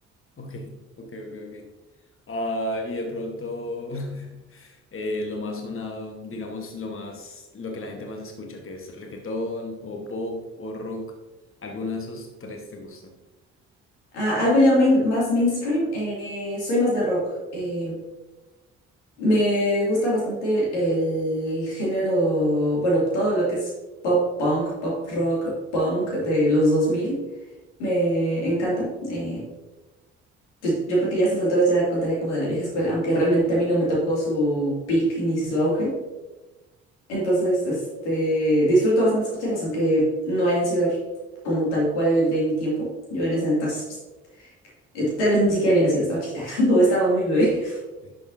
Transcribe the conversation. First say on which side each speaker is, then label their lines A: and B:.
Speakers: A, on the left; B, on the left.
A: Ok, ok, ok, ok. Ah, y de pronto <laughs> eh, lo más sonado, digamos lo más, lo que la gente más escucha, que es reggaetón o pop o rock, ¿alguno de esos tres te gustan?
B: Ah, algo ya main- más mainstream, eh, soy más de rock. eh, Me gusta bastante el género, bueno, todo lo que es pop punk, pop rock, punk de los dos mil Me encanta. Eh, pues yo creo que ya a estas alturas ya contaría como de la vieja escuela, aunque realmente a mí no me tocó su peak ni su auge. Entonces, este, disfruto bastante escucharlas, aunque no hayan sido como tal cual de mi tiempo. Yo en ese entonces, pues, eh, tal vez ni siquiera había nacido, estaba chiquita <laughs> o estaba muy bebé.
A: Ok.